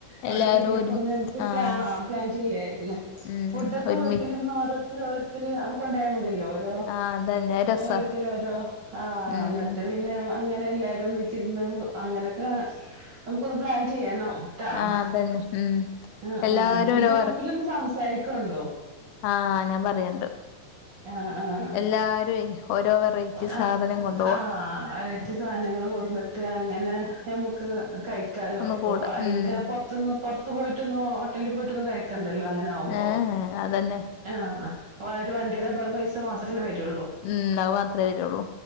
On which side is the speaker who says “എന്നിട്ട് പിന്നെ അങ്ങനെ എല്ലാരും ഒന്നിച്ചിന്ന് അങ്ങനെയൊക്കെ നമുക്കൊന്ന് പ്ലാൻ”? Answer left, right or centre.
Right